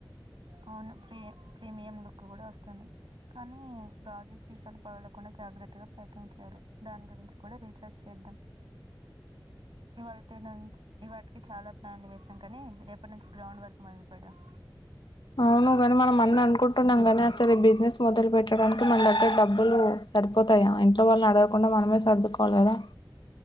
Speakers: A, on the right; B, on the left.
A: అవును ప్రీ ప్రీమియం లుక్ కూడా వస్తుంది కానీ గాజు సీసలు పగలకుండా జాగ్రత్తగా ప్యాకింగ్ చేయాలి దాని గురించి కూడా రీచార్జ్ చేద్దాం ఇవాల్టి నుంచి ఇవాటికి చాలా ప్లాన్లు వేసాం కానీ రేపటి నుంచి గ్రౌండ్ వరకు మొదలుపెడుదాం
B: అవును గని మనం అన్న అనుకుంటున్నాం కాని అసలు ఈ బిజినెస్ మొదలు పెట్టడానికి మన దగ్గర డబ్బులు సరిపోతాయా ఇంట్లో వాళ్ళని అడగకుండా మనమే సర్దుకోవాలి కదా